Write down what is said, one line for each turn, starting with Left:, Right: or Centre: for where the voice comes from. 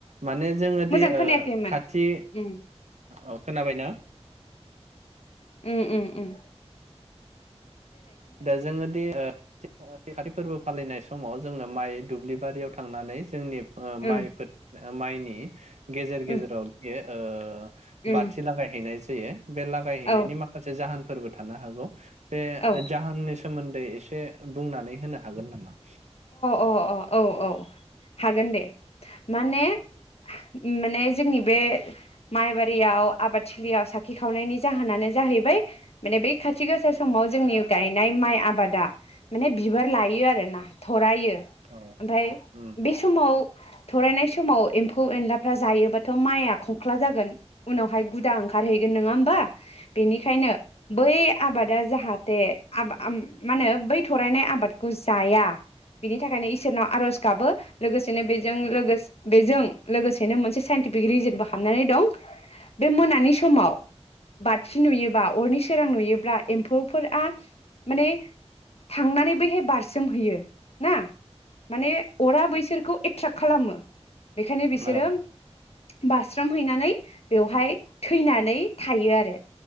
Right: माने जोङो
Left: मोजां
Right: दि ओ
Left: खोनायाखैमोन
Right: खाथि
Left: उम
Right: ओ खोनाबायना?
Left: ओम ओम ओम।
Right: दा जोङोदि ओ थि खाथि फोरबो फालिनाय समाव जोङो माइ दुब्लिबारियाव थांनानै जोंनि ओ माइफोर
Left: उम
Right: ओ माइनि गेजेर गेजेराव
Left: उम
Right: बियो ओ
Left: उम
Right: बाथि लागायहैनाय जायो। बे लागायहैनायनि
Left: औ
Right: माखासे जाहोन फोरबो थानो हागौ बे
Left: औ अ
Right: जाहोननि सोमोन्दै एसे बुंनानै होनो हागोन नामा?
Left: अ अ औ औ हागोन दे माने ओम माने जोंनि बे माइबारियाव आबादथिलियाव साखि खावनायनि जाहोना नानो जाहैबाय माने बे खाथि गोसा समाव जोंनि गायनाय माइ आबाद बादा माने बिबार लायो आरो आरो ना। थरायो ओमफाय
Right: औ औ
Left: बे समाव थरायनाय समाव एम्फौ फौ एनलाफ्रा जायोबाथ माइआ खंख्ला जागोन उनावहाय गुदा ओंखारहैगोन नोङा होमबा बेनिखायनो बै आबादा जाहाथे आबा आम मा होनो बै थरायनाय आबादखौ जाया बिनि थाखायनो इसोनाव आरज गाबो लोगोसे सेनो बेजों लोगोस बेजों लोगोनो मोनसे साइन्टिफिक रिजोनबो हाबनानै दं बे मोनानि समाव बाथि नुयोबा अरनि सोरां नुयोब्ला एम्फौफोरआ माने थांनानैबोहाय बारसि सोमहैयो ना माने अरा बैसोर खौ एट्राेक्ट खालामो बेखायनो बिसोरो
Right: औ
Left: बास्रोमहैनानै बेवहाय थैनानै थायो आरो